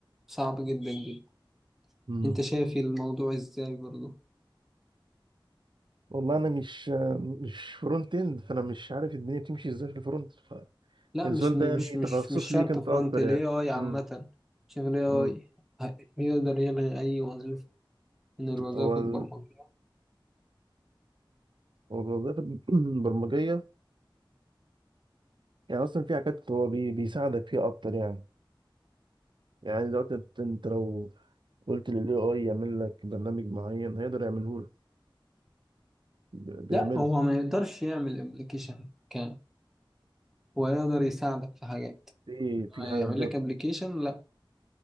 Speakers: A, in the centre; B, on the right (about 60°).
A: صعب جدا جدا
B: امم
A: انت شايف الموضوع ازاي برضو
B: والله انا مش مش فرونت اند فانا مش عارف الدنيا بتمشي ازاي في الفرونت فكان
A: لا مش
B: السؤال
A: مش
B: ده يعني
A: مش
B: تخصص
A: مش شرط
B: ليك انت
A: فرونت
B: اكتر
A: ال
B: يعني
A: AI عامة
B: امم
A: شايف ال AI
B: امم
A: ه- يقدر يلغي أي وظيفة من الوظائف
B: هو
A: البرمجية
B: ال- هو الوظائف <clears throat> البرمجيه يعني اصلا في حاجات هو بي بيساعدك فيها اكتر يعني يعني دلوقتي انت أنت لو قلت للاي اي يعمل لك برنامج معين هيقدر يعمله لك بيعمله
A: لا هو ما يقدرش يعمل ابلكيشن كامل هو يقدر يساعدك في حاجات
B: في في
A: يعمل
B: حاجة
A: لك ابلكيشن لا